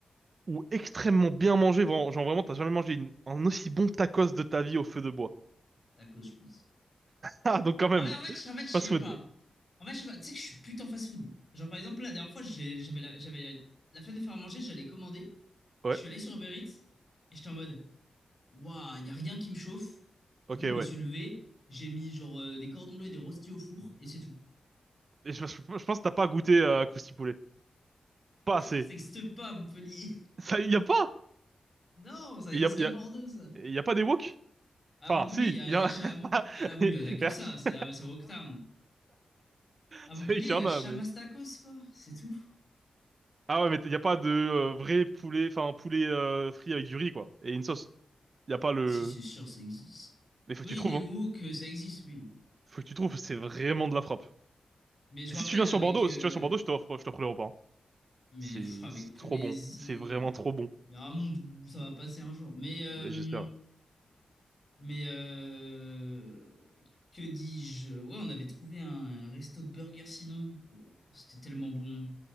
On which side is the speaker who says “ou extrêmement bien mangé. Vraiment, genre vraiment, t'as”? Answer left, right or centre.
Right